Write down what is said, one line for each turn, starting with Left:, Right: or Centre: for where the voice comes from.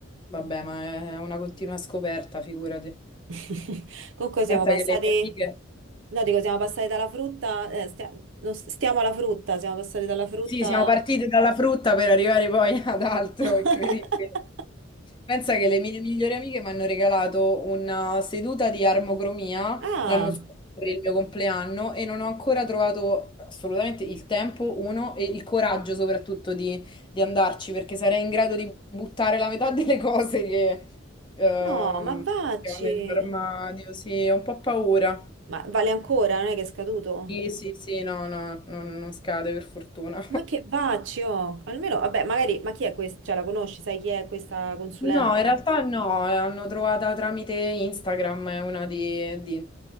Left: Vabbè, ma è una continua scoperta, figurati.
Right: <laughs> Comunque siamo
Left: Pensa
Right: passati,
Left: che le mie amiche...
Right: no, dico, siamo passati dalla frutta, eh, stia- non s- stiamo alla frutta, siamo passati dalla frutta.
Left: Sì, siamo partiti dalla frutta per arrivare poi <laughs> ad altro,
Right: <laughs>
Left: incredibile. Pensa che le mie migliori amiche mi hanno regalato una seduta di armocromia
Right: Ah,
Left: l'anno scorso per il mio compleanno e non ho ancora trovato assolutamente il tempo, uno, e il coraggio soprattutto di, di andarci perché sarei in grado di buttare la metà <laughs> delle cose che, ehm,
Right: no, ma vacci.
Left: che ho nell'armadio. Sì, ho un po' paura.
Right: Ma vale ancora, non è che è scaduto?
Left: Sì, sì, sì, no, no, non non scade per fortuna.
Right: Ma che vacci, oh. Almeno, vabbè, magari, ma chi è questa? Cioè, la conosci, sai chi è questa consulente?
Left: No, in realtà no, l'hanno trovata tramite Instagram, è una di, di-